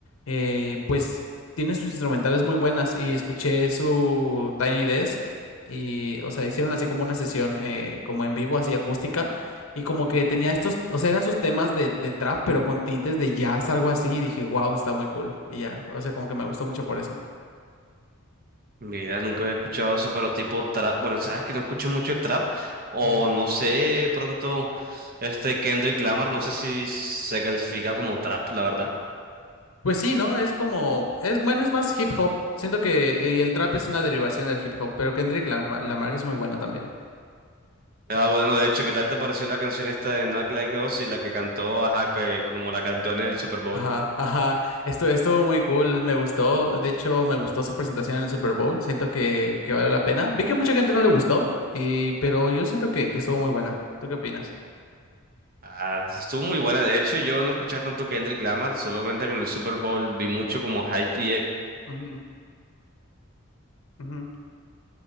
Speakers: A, on the left (about 75°); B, on the right (about 45°).
A: eh, pues tienen sus instrumentales muy buenas y escuché su Tiny Desk y, o sea, hicieron así como una sesión eh, como en vivo, así acústica y como que tenía estos, o sea, eran sus temas de, de trap, pero con tintes de jazz, algo así y dije, wow, está muy cool y ya, o sea, como que me gustó mucho por eso.
B: Mira, nunca había escuchado eso, pero tipo trap. Bueno, sabes que no escucho mucho trap. O
A: Ujú.
B: no sé, pronto, este Kendrick Lamar, no sé si se califica como trap, la verdad.
A: Pues sí, ¿no? Es como, es bueno, es más hip hop. Siento que y el trap es una derivación del hip hop, pero Kendrick Lamar Lamar es muy bueno también.
B: Ah, bueno, de hecho, ¿qué tal te pareció la canción esta de Not Like Us y la que cantó, ajá, que como la cantó en el Super Bowl?
A: Ajá, ajá. Esto estuvo muy cool, me gustó. De hecho, me gustó su presentación en el Super Bowl. Siento que, que valió la pena. Vi que mucha gente no le gustó, y, pero yo siento que, que estuvo muy buena. ¿Tú qué opinas?
B: Ah, estuvo muy buena. De hecho, yo no escuchaba tanto Kendrick Lamar, solamente que en el Super Bowl vi mucho como hype
A: Ujú, ujú.